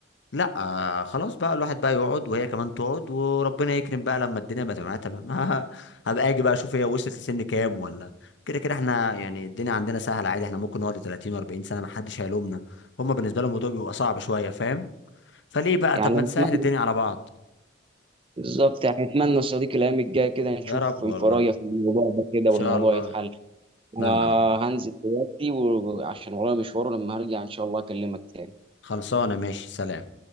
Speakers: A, on the left (about 65°); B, on the right (about 25°).
A: لا آه خلاص بقى الواحد بقى يقعد وهي كمان تقعد وربنا يكرم بقى لما الدنيا بقى تبقى معاها تمام <laughs> ها- هبقى اجي بقى اشوف هي وصلت لسن كام ولا كده كده احنا يعني الدنيا عندنا سهله عادي احنا ممكن نقعد 30 و40 سنه ما حدش هيلومنا هما بالنسبه لهم الموضوع بيبقى صعب شويه فاهم فليه بقى
B: يعني
A: طب ما
B: اتمنى
A: نسهل الدنيا على بعض
B: بالظبط يعني اتمنى يا صديقي الايام الجايه كده نشوف
A: يا رب
B: انفرايه
A: والله ان
B: في الموضوع ده كده والموضوع
A: شاء الله
B: يتحل
A: اتمنى
B: انا
A: والله
B: هنزل دلوقتي وعشان ورايا مشوار لما هرجع ان شاء الله اكلمك تاني
A: خلصانه ماشي سلام